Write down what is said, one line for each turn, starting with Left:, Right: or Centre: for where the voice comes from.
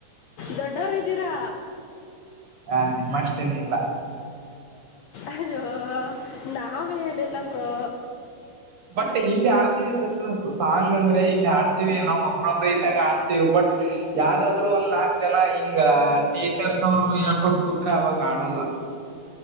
Left: ದೊಡ್ಡೋವರಿದ್ದೀರಾ
Right: ಹಾ ನಿಮ್ಮ ಅಷ್ಟೇಲ್ಲಿಲ್ಲ.
Left: ಅಯ್ಯೋ ನಾವೇನಲ್ಲ ಬ್ರೋ.
Right: ಬಟ್ ಇಲ್ಲಿ ಆಡ್ತೀವಿ ಸಿಸ್ಟರ್ ಸಾಂಗ್ ಅಂದ್ರೆ ಇಲ್ಲಿ ಆಡ್ತೀವಿ ನಾವವು ಒಬ್ರೊಬ್ರ ಇದ್ದಾಗ ಆಡ್ತೀವಿ ಬಟ್. ಬಟ್ ಯಾರಾದ್ರು ಒಂದ್ ನಾಕ್ ಜನ ಹಿಂಗ ಟೀಚರ್ಸ್ ಅವರು ಹೇಳ್ಕೂತ್ ಕುೂತ್್ರೆ ಅವಾಗ ಆಡಲ್ಲ <inaudible>